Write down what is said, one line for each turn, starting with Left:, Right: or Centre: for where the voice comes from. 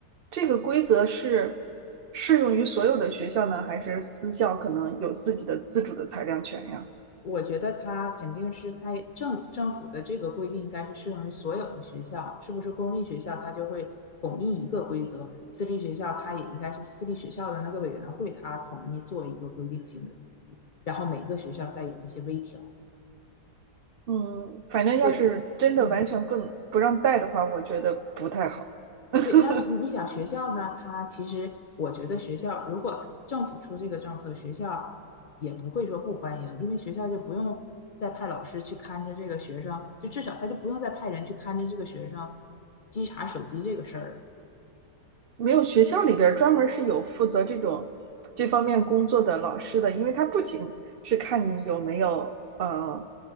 Right: 这个规则是适用于所有的学校呢，还是私校可能有自己的自主的裁量权呀？
Left: 我觉得他肯定是他政政府的这个规定应该是适用于所有的学校，是不是公立学校他就会统一一个规则，私立学校他也应该是私立学校的那个委员会他统一做一个规定性的东西，然后每一个学校再有一些微调。
Right: 嗯，反正要是真的完全不不让带的话，
Left: 对，嗯。
Right: 我觉得不太好。<laughs>
Left: 对，那你想学校呢？他其实我觉得学校如果政府出这个政策，学校也不会说不欢迎，因为学校就不用再派老师去看着这个学生，就至少他就不用再派人去看着这个学生稽查手机这个事儿了。
Right: 没有学校里边专门是有负责这种这方面工作的老师的，因为他不仅是看你有没有呃